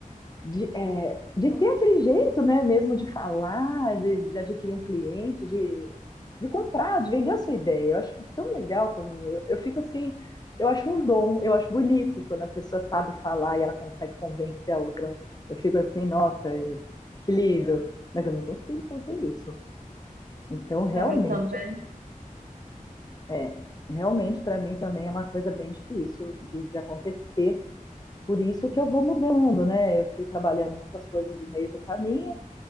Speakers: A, on the left; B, on the right.
A: de, é, de ter aquele jeito, né, mesmo de falar, de, de adquirir um cliente, de, de comprar, de vender a sua ideia. Eu acho tão legal quando eu, eu fico assim, eu acho um dom, eu acho bonito quando a pessoa sabe falar e ela consegue convencer a outra. Eu fico assim, nossa, é, que lindo, mas eu não consigo fazer isso. Então, realmente,
B: Não, eu também.
A: é, realmente para mim também é uma coisa bem difícil de, de acontecer. Por isso que eu vou mudando, né? Eu fui trabalhando em outras coisas no meio do caminho.